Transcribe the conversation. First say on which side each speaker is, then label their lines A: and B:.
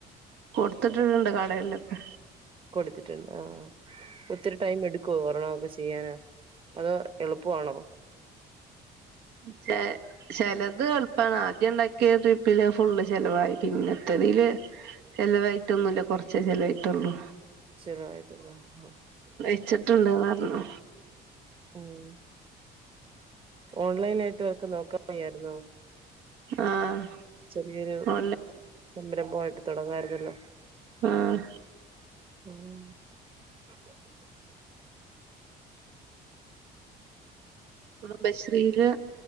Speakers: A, on the right (about 85°); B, on the right (about 30°).
A: കൊടുത്തിട്ടിട്ടുണ്ട് കടയിലൊക്കെ
B: കൊടുത്തിട്ടുണ്ട് ആഹ് ഒത്തിരി ടൈം എടുക്കുവോ ഒരെണം ഒക്കെ ചെയ്യാന് അതോ എളുപ്പമാണോ?
A: ചി ചിലത് എളുപ്പമാണ് ആദ്യം ഉണ്ടാ ക്കിയ ട്രിപ്പില് ഫുള്ള് ചെലവായി പിന്നത്തതില് ചിലവായിട്ടൊന്നും ഇല്ല കുറച്ചെ ചിലവായിട്ടുള്ളൂ
B: ചിലവായിട്ട്ഒള്ളു ആഹ്
A: വെച്ചിട്ടുണ്ട് എന്ന് പറഞ്ഞു
B: ഉം ഓൺലൈനായിട്ട് വർക്ക് നോക്കാൻ വയ്യായിരുന്നോ
A: ആഹ്
B: ചെറിയൊരു
A: ഓൺലൈ
B: സംരംഭമായിട്ട് തുടങ്ങായിരുന്നല്ലോ
A: ആഹ്
B: ആഹ്
A: കുടുംബശ്രീയില്